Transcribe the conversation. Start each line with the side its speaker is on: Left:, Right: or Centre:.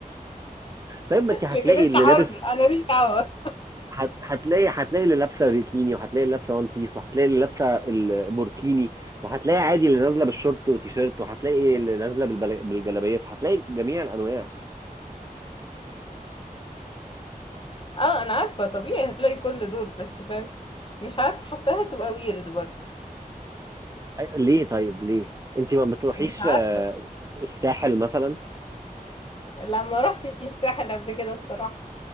Right: طيب ما انت هتلاقي
Left: لكن أنت
Right: اللي
Left: حر
Right: لابس
Left: أنا ليش دعوة
Right: هت- هتلاقي هتلاقي اللي لابسه بيكيني وهتلاقي اللي لابسه وان بيس وهتلاقي اللي لابسه البوركيني وهتلاقي عادي اللي نازله بالشورت وتيشيرت وهتلاقي اللي نازله بالبل- بالجلابيه فهتلاقي جميع الانواع
Left: اه أنا عارفة طبيعي هتلاقي كل دول بس فاهم مش عارفة حاساها تبقى ويرد برضه
Right: أي- ليه طيب ليه انت ما بتروحيش
Left: مش عارفة
Right: آه، الساحل مثلا
Left: لا ما رحتش الساحل قبل كده بصراحة